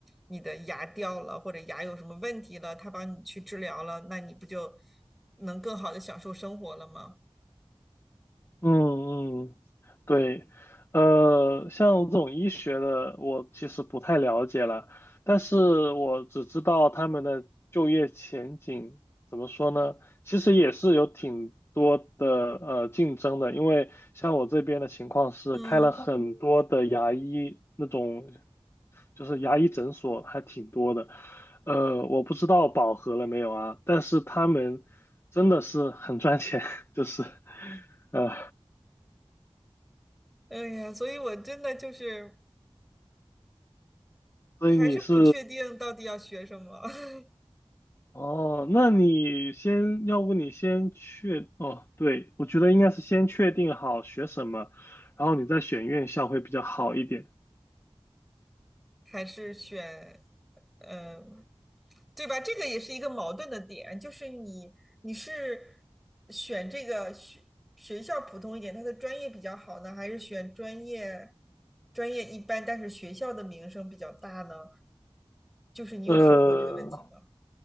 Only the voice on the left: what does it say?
嗯嗯，对，呃，像这种医学的，我其实不太了解了，但是我只知道他们的就业前景怎么说呢？其实也是有挺多的呃竞争的，因为像我这边的情况是开了很多的牙医那种，
就是牙医诊所还挺多的，呃，我不知道饱和了没有啊，但是他们真的是很赚钱，<laughs> 就是。呃。
所以你是
哦，那你先，要不你先确，哦，对，我觉得应该是先确定好学什么，然后你再选院校会比较好一点。
呃，